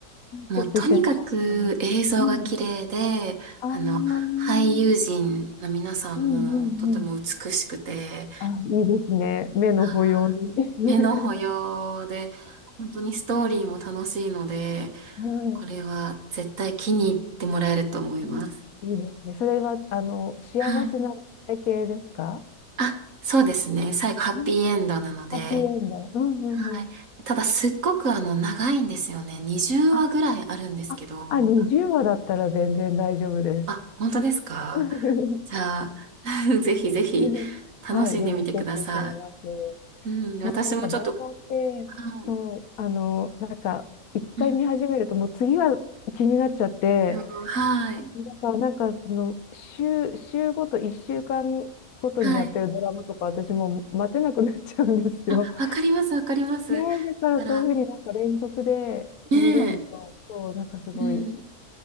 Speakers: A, on the right (about 60°); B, on the left (about 70°).
A: もうとにかく映像が綺麗で、
B: チェックしてみます。うん、あー、
A: あの、
B: うん
A: 俳優陣の皆さんもとても美しくて、
B: うんうん。あ、いいですね。目の保養に。
A: はい目の保養で、
B: <laughs>
A: 本当にストーリーも楽しいので、
B: は
A: これは絶対気に入ってもらえると思います。
B: い。いいですね。それは、あの、幸せな体系ですか
A: はい。あ、そうですね。最後、ハッピーエンドなので、
B: あ、ハッピーエンド。うんうんうん。
A: はい。ただ、すっごくあの、長いんですよね。20話ぐらいあるんですけど。
B: あ、あ、あ、20話だったら全然大丈夫です。
A: あ、本当ですか
B: <laughs>
A: じゃあ、<laughs> ぜひぜひ、
B: <laughs>
A: 楽しんでみてくださ
B: はい、ぜひチェックしてみます。
A: い。うん、
B: そう、
A: 私もちょっと、
B: なんかドラマって、
A: はい。
B: そう、あの、なんか、一回見始めると、
A: うん
B: もう次が気になっちゃって、
A: はい。はい。
B: だからなんか、その、週、週ごと、一週間ごとにやってるドラマとか、
A: はい
B: 私もう待てなくなっちゃうんですよ。
A: あ、わかります、わかります。
B: ねえ、
A: だから、
B: だからそういうふうになんか連続で見れると、
A: ねえ。
B: そう、なんかすごい、
A: うん。